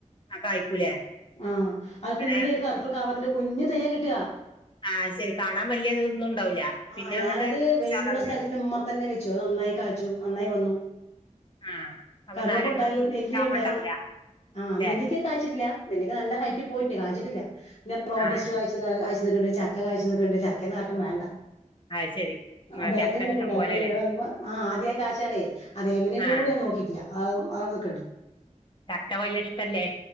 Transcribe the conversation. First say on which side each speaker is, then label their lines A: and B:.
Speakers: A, on the left; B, on the left.
A: ആ കായ്ക്കൂലേ
B: ആ അത്
A: അങ്ങനെ
B: കുഞ്ഞ് ഒരു കറുപ്പ് കവറില് കുഞ്ഞ് തെയ്യ കിട്ടുക
A: ആ ശരി കാണാൻ വലിയ ഇതൊന്നും ഉണ്ടാവില്ല
B: ആ
A: പിന്നെ
B: ഞാനത്
A: അങ്ങോട്ട്
B: വെയിലുള്ള
A: ഉഷാറാവില്ല
B: സ്ഥലത്തിന് മ്മർത്ത് തന്നെ വെച്ചു നന്നായി കാച്ചു നന്നായി വന്നു
A: ആഹ് അപ്പൊ
B: കറവപ്പുണ്ടായി
A: നാരങ്ങക്ക്
B: നെല്ലി
A: ക്ഷാമം
B: ണ്ടായി
A: ഉണ്ടാവൂല
B: ആ
A: ല്ലേ
B: നെല്ലിക്ക കായ്ച്ചിട്ടില്ല നെല്ലിക നല്ല ഹൈറ്റ് പോയി കായ്ച്ചിട്ടില്ല. പിന്ന റോബസ്റ്റ
A: ആഹ് ശരി
B: കായ്ച്ചത്, കായ്ച്ച് നിക്കണ്‌ണ്ട്, ചക്ക കായ്ച്ച് നിക്കണ്‌ണ്ട്, ചക്കേന്നും ആർക്കും വേണ്ട
A: ആഹ് ശരി
B: ആ
A: ആഹ്
B: ബേക്കിൽ
A: ചക്ക
B: നിട്ടിണ്ട്
A: ഇഷ്ടം
B: അതൊക്കെ
A: പോലെല്ലേ
B: വീ അ ആ ആദ്യായ കാശാണെ അതെങ്ങനെ <unintelligible>
A: ആഹ്
B: കൂടി ഞാൻ നോക്കിട്ടില്ല ആം <unintelligible>
A: <unintelligible> വല്യഷ്ടല്ലേ?